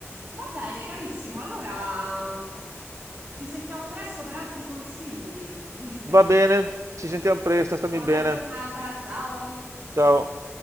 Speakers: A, on the right; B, on the right.
A: Va bene, carissimo, allora ci sentiamo presto per altri consigli. <laughs>
B: Va bene, ci sentiamo presto, stammi
A: Buona
B: bene.
A: giornata, ciao!
B: Ciao.